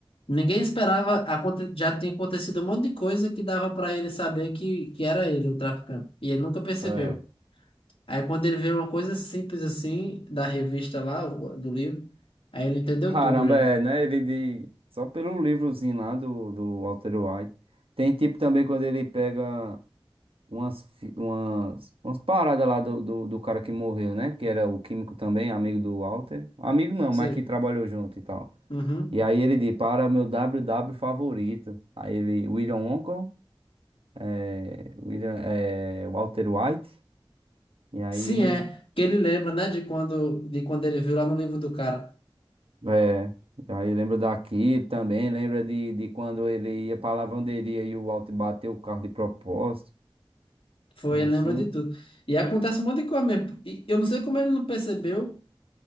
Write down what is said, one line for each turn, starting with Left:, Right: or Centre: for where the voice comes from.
Left: ninguém esperava. aconte- Já tinha acontecido um monte de coisa que dava pra ele saber que, que era ele, o traficante. E ele nunca percebeu.
Right: É.
Left: Aí, quando ele vê uma coisa simples assim, da revista lá, o- do livro, aí ele entendeu
Right: Caramba,
Left: tudo já.
Right: é, né? Ele de... Só pelo livrozinho lá do, do Walter White. Tem tipo também quando ele pega umas, fi- umas, umas paradas lá do, do, do cara que morreu, né? Que era o químico também, amigo do Walter. Amigo não,
Left: Sei.
Right: mas que trabalhou junto e tal.
Left: Uhum.
Right: E aí ele diz, para meu WW favorito. Aí ele, William Wonka, é, William, é, Walter White. E aí.
Left: Sim, é. Que ele lembra, né, de quando, de quando ele viu lá no livro do cara.
Right: É, e aí lembra daqui também, lembra de, de quando ele ia pra lavanderia e o Alto bateu o carro de propósito,
Left: Foi,
Right: e assim,
Left: ele lembra de tudo. E acontece um monte de coisa mesmo. E eu não sei como ele não percebeu